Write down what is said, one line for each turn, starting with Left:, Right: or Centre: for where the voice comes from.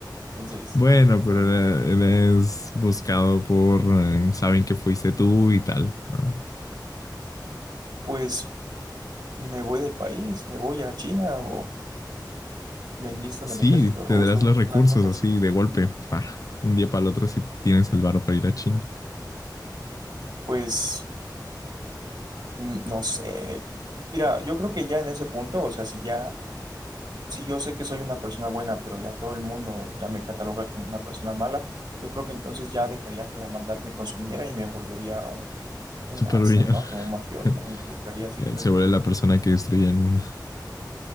Right: Entonces,
Left: Bueno, pero era- eres buscado por, eh, saben que fuiste tú y tal, ¿no?
Right: pues me voy del país, me voy a China o me enlisto en
Left: Sí,
Right: el ejército ruso,
Left: tendrás los recursos
Right: una cosa
Left: así
Right: así.
Left: de golpe, pa, un día para el otro si tienes el varo para ir a China.
Right: Pues mm, no sé. Mira, yo creo que ya en ese punto, o sea, si ya, si yo sé que soy una persona buena, pero ya todo el mundo ya me cataloga como una persona mala, yo creo que entonces ya dejaría que la maldad me consumiera y me volvería un, un
Left: Súper
Right: gángster,
Left: bien.
Right: ¿no? Como un mafioso,
Left: <laughs>
Right: me involucraría así
Left: Eh,
Right: con
Left: Se
Right: esa
Left: vuelve
Right: gente.
Left: la persona que destruye el mundo.